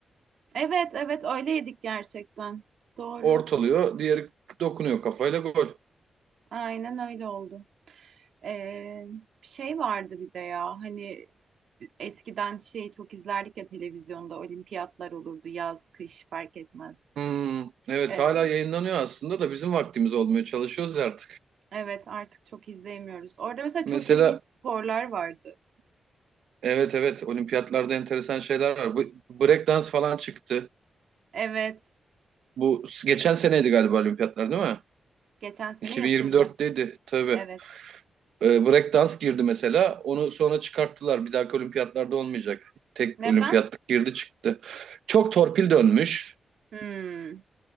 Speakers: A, on the right; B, on the right.
A: Evet evet öyle yedik gerçekten. Doğru.
B: Ortalıyor, diğeri dokunuyor kafayla gol.
A: Aynen öyle oldu. Ee, şey vardı bir de ya hani eskiden şey çok izlerdik ya televizyonda olimpiyatlar olurdu yaz kış fark etmez.
B: Hmm, evet
A: Ee,
B: hala yayınlanıyor aslında da bizim vaktimiz olmuyor. Çalışıyoruz artık.
A: evet artık çok izleyemiyoruz. Orada mesela çok
B: Mesela
A: ilginç sporlar vardı.
B: evet evet olimpiyatlarda enteresan şeyler var. Bu breakdance falan çıktı.
A: Evet
B: Bu geçen seneydi galiba olimpiyatlar değil mi?
A: geçen sene
B: 2024'teydi
A: yapıldı.
B: tabii.
A: Evet.
B: Ee, breakdance girdi mesela. Onu sonra çıkarttılar. Bir dahaki olimpiyatlarda olmayacak. Tek
A: Neden?
B: olimpiyatlık girdi çıktı. Çok torpil dönmüş.
A: Hmm,